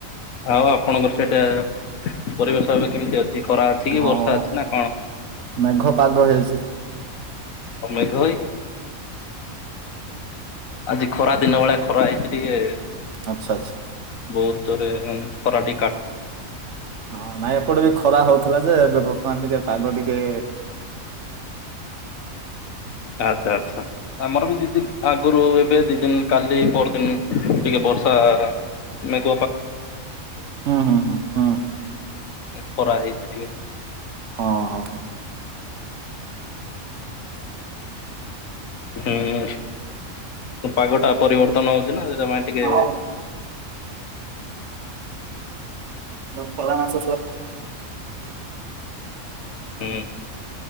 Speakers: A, on the left; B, on the right.
A: ଆଉ ଆପଣଙ୍କର ସେଇଟା ପରିବେଶ ଏବେ କେମିତି ଅ ଏଇ ଖରା ଅଛି କି
B: ହଁ
A: ବର୍ଷା ଅଛି ନା
B: ମେଘ ପାଗ ହେଇଛି
A: ଆଉ ମେଘ ଆଜି ଖରା ଦିନ ଭଳିଆ ଖରା ହେଇଛି ଟିକେ।
B: ଆଚ୍ଛା ଆଚ୍ଛା।
A: ବୋହୁତ ଦୂରେ ହେଲାଣି।
B: ହଁ ନାଇଁ ଏପଟେ ବି ଖରା ହୋଉଥି ଥିଲା ଯେ ଏବେ ବର୍ତ୍ତମାନ ଟିକେ ପାଗ ଟିକେ
A: ଆଚ୍ଛା ଆଚ୍ଛା ଆମର ବି ଦି ଦିନ ଆଗୁରୁ ଏବେ ଦି ଦିନ କାଲି ପରଦିନ୍ ଟିକେ ବର୍ଷା ମେ ଏ
B: ହୁଁ ହୁଁ ହୁଁ ହୁଁ
A: ଖରା ହେଇଚି ଟିକେ।
B: ହଁ ହଁ।
A: ହୁଁ ପାଗଟା ପରିବର୍ତ୍ତନ ହଉଛି ନା ଜମା ଟିକେ
B: ହଁ ଏବେ ଖରା ମାସ
A: ହୁଁ